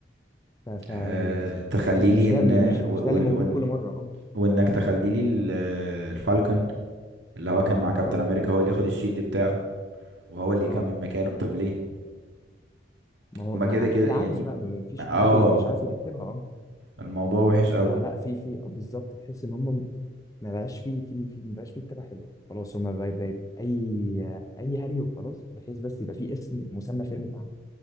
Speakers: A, on the left (about 20°); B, on the right (about 75°).
A: ف, ف
B: أه تخلي
A: ما في
B: لي
A: مش
B: ان
A: ده م- مش
B: و...
A: مش ده اللي
B: وال-
A: موجود
B: وان
A: كل مره اه
B: وانك تخلي لي ال- الفالكون اللي هو كان مع كابتن
A: اه
B: امريكا هو اللي ياخد الشيلد بتاعه وهو اللي يكمل
A: اه
B: مكانه طب ليه
A: ما هو
B: هما
A: ما
B: كده كده
A: في
B: يعني
A: عجز بقى ما ما فيش
B: اه
A: مش عارف ي- مش عارف يرتبها اه
B: الموضوع وحش قوي
A: فلا في في بالظبط تحس ان هم ما بقاش فيه فيه فيه ما بقاش فيه كتابة حلوة خلاص هما بقى- بقت أي أي هري وخلاص بحيث بس يبقى فيه اسم مسمى فيلم اتعمل